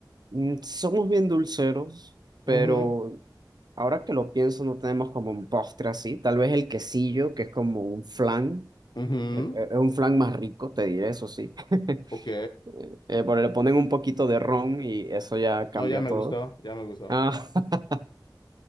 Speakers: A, on the right; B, on the left.
A: mm, somos bien dulceros, pero
B: Mhm,
A: ahora que lo pienso, no tenemos como un postre así. Tal vez el quesillo, que es como un flan.
B: mhm,
A: Eh, Es un flan más rico, te diré, eso sí. <laughs>
B: Ok.
A: Eh, pero le ponen un poquito de ron y eso ya cambia
B: No, ya me
A: todo.
B: gustó, ya me gustó.
A: Ah, <laughs>